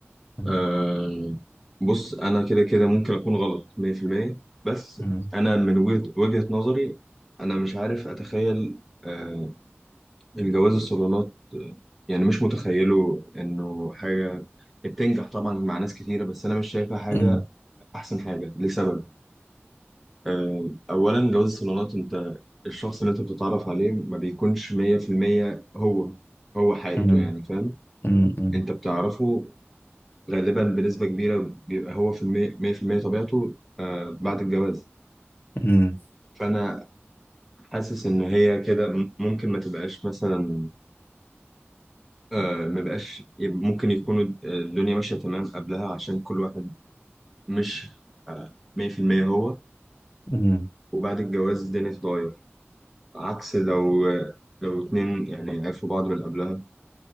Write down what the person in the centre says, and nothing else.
أه بص انا كده كده ممكن اكون غلط 100% بس
انا من وجهة وجهة نظري انا مش عارف اتخيل أه الجواز الصالونات آه، يعني مش متخيله انه حاجة بتنجح طبعا مع ناس كتيرة بس انا مش شايفها حاجة
احسن حاجة لسبب أه اولا جواز الصالونات انت الشخص اللي انت بتتعرف عليه ما بيكونش 100% هو هو حقيقته
يعني فاهم
انت بتعرفه غالبا بنسبة كبيرة بيبقى هو في المية مية في المية طبيعته آه، بعد الجواز
فأنا حاسس إن هي كده م- ممكن ما تبقاش مثلا آه، ما بقاش ممكن يكون الدنيا ماشية تمام قبلها عشان كل واحد مش مية في المية هو
وبعد الجواز الدنيا تتغير عكس لو لو اتنين يعني عرفوا بعض من قبلها